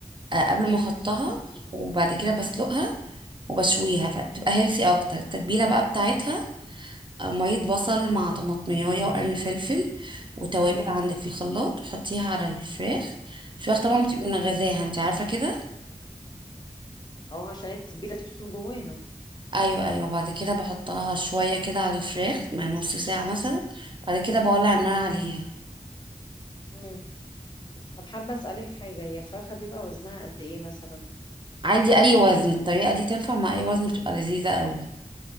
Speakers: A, on the right (about 35°); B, on the left (about 30°).
A: آه، قبل ما احطها وبعد كده بسلقها وبشويها فبتبقى هيلثي اكتر التتبيله بقى بتاعتها مية بصل مع طماطمية وقرن فلفل وتوابل
B: مم.
A: عندك في الخلاط وحطيها على الفراخ الفراخ
B: مم.
A: طبعا بتبقى منغذاها انت عارفة كده
B: اه عشان التتبيله تدخل جواها
A: ايوه ايوه بعد كده بحطها شوية كده على الفراخ من نص ساعة مثلا بعد كده بولع النار عليها
B: مم. طب حابه اسالك حاجه هي الفرخه بيبقى وزنها قد ايه مثلا
A: عادي اي وزن الطريقة دي تنفع مع اي وزن بتبقى لذيذة قوي